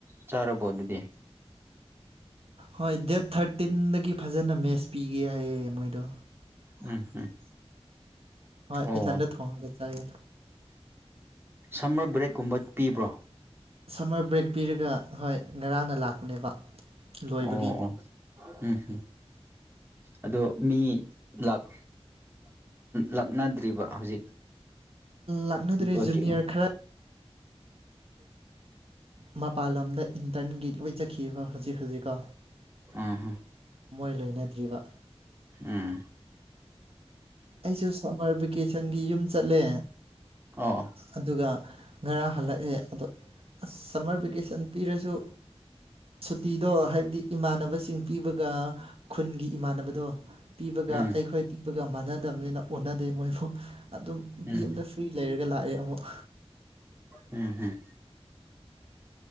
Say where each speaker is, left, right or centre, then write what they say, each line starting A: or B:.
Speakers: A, on the right (about 20°); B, on the right (about 60°).
A: ꯆꯥꯔꯕꯣ ꯑꯗꯨꯗꯤ
B: ꯍꯣꯏ ꯗꯦꯠ ꯊꯥꯔꯇꯤꯟꯗꯒꯤ ꯐꯖꯅ ꯃꯦꯠꯁ ꯄꯤꯒꯦ ꯍꯥꯏꯌꯦ ꯃꯣꯏꯗꯣ
A: ꯎꯝ ꯎꯝ
B: ꯍꯣꯏ
A: ꯑꯣ
B: ꯏꯊꯟꯗ ꯊꯣꯡꯉꯒ ꯆꯥꯏꯌꯦ
A: ꯁꯝꯃꯔ ꯕ꯭ꯔꯦꯛ ꯀꯨꯝꯕ ꯄꯤꯕ꯭ꯔꯣ
B: ꯁꯝꯃꯔ ꯕ꯭ꯔꯦꯛ ꯄꯤꯔꯒ ꯍꯣꯏ ꯉꯔꯥꯡꯅ ꯂꯥꯛꯄꯅꯦꯕ ꯂꯣꯏꯕꯒꯤ
A: ꯑꯣ ꯑꯣ ꯎꯝꯝ ꯑꯗꯣ ꯃꯤ ꯂꯥꯛ ꯂꯥꯛꯅꯗ꯭ꯔꯤꯕ ꯍꯧꯖꯤꯛ
B: ꯂꯥꯛꯅꯗ꯭ꯔꯤ
A: ꯑꯣꯀꯦ
B: ꯖꯨꯅꯤꯌꯔ ꯈꯔ ꯃꯄꯜ ꯂꯝꯗ ꯏꯟꯇꯔꯟꯒꯤ ꯂꯣꯏ ꯆꯈꯤꯕ ꯍꯧꯖꯤꯛ ꯍꯧꯖꯤꯛꯀꯣ
A: ꯎꯝ
B: ꯃꯣꯏ ꯂꯩꯅꯗ꯭ꯔꯤꯕ
A: ꯎꯝ
B: ꯑꯩꯁꯨ ꯁꯝꯃꯔ ꯚꯦꯀꯦꯁꯟꯒꯤ ꯌꯨꯝ ꯆꯠꯂꯦ
A: ꯑꯣ
B: ꯑꯗꯨꯒ ꯉꯔꯥꯡ ꯍꯜꯂꯛꯑꯦ ꯑꯗꯣ ꯑꯁ ꯁꯝꯃꯔ ꯚꯦꯀꯦꯁꯟ ꯄꯤꯔꯁꯨ ꯁꯨꯇꯤꯗꯣ ꯍꯥꯏꯕꯗꯤ ꯏꯃꯥꯟꯅꯕꯁꯤꯡ ꯄꯤꯕꯒ ꯈꯨꯟꯒꯤ ꯏꯃꯥꯟꯅꯕꯗꯣ ꯄꯤꯕꯒ
A: ꯎꯝ
B: ꯑꯩꯈꯣꯏ ꯄꯤꯕꯒ ꯃꯥꯟꯅꯗꯕꯅꯤꯅ ꯑꯣꯟꯅꯗꯦ ꯃꯣꯏꯐꯧ ꯑꯗꯨꯝ
A: ꯎꯝ
B: ꯌꯨꯝꯗ ꯐ꯭ꯔꯤ ꯂꯩꯔꯒ ꯂꯥꯛꯑꯦ ꯑꯃꯨꯛ
A: ꯎꯝ ꯎꯝ